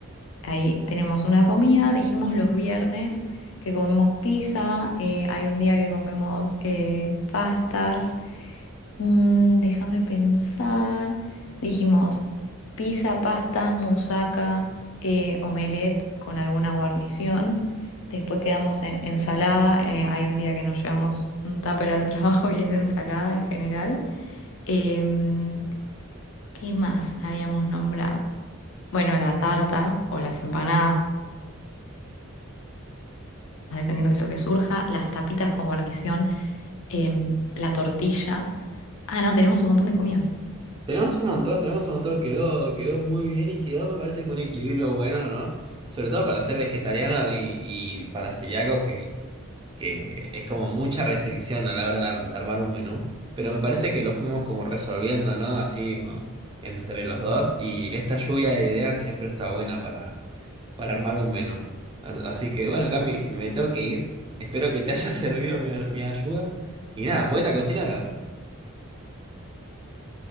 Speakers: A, on the left (about 60°); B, on the right (about 25°).
A: Ahí tenemos una comida, dijimos los viernes que comemos pizza, eh, hay un día que comemos eh, pastas. Mm, déjame pensar. Dijimos pizza, pastas, musaca, eh, omelette con alguna guarnición. Después quedamos en ensalada. eh, hay un día que nos llevamos un tupper al <laughs> trabajo y es de ensalada en general. Em, ¿qué más habíamos nombrado? Bueno, la tarta o las empanadas, dependiendo de lo que surja. Las tapitas con guarnición. em, la tortilla. Ah, no, tenemos un montón de comidas.
B: Tenemos un montón, tenemos un montón, quedó, quedó muy bien y quedó, me parece que un equilibrio bueno, ¿no? Sobre todo para ser vegetariano y, y para celíacos que, que es como mucha restricción a la hora de, ar- de armar un menú. Pero me parece que lo fuimos como resolviendo, ¿no? Así como entre los dos. Y esta lluvia de ideas siempre está buena para, para armar un menú. A- Así que bueno, Cami, me tengo que ir. Espero que te haya <laughs> servido mi, mi ayuda. Y nada, poeta a cocinar ahora.